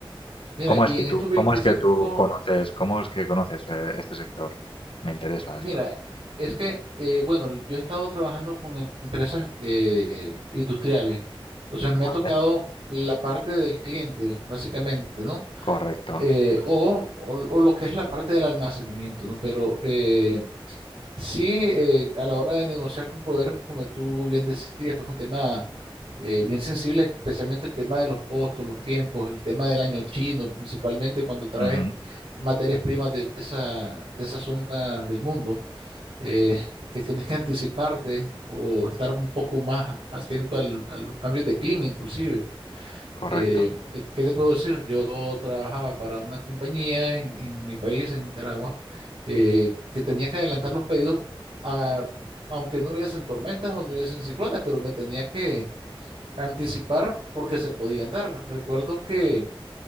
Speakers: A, on the right; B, on the left.
A: Mira,
B: ¿Cómo
A: y
B: es que
A: en
B: tú,
A: estos 25
B: cómo es que tú conoces, cómo es que conoces eh, este sector? Me interesa
A: mira,
B: esto.
A: es que, eh, bueno, yo he estado trabajando con em- empresas eh, industriales. Entonces me
B: Vale,
A: ha tocado la parte del cliente, básicamente, ¿no?
B: correcto.
A: eh, o, o- o lo que es la parte del almacenamiento, ¿no? Pero eh, sí, eh, a la hora de negociar con proveedores, como tú bien decías, pues es un tema eh, bien sensible, especialmente el tema de los costos, los tiempos, el tema del año chino, principalmente cuando traes
B: Ujú,
A: materias primas de esa, de esa zona del mundo, eh, que tienes que anticiparte o estar un poco más atento al- a los cambios de clima, inclusive.
B: Correcto.
A: Eh, ¿qué qué te puedo decir? Yo trabajaba para una compañía en, en mi país, en Nicaragua, eh, que tenía que adelantar los pedidos, a- aunque no hubiesen tormentas o no hubiesen ciclones, pero me tenía que anticipar porque se podían dar. Recuerdo que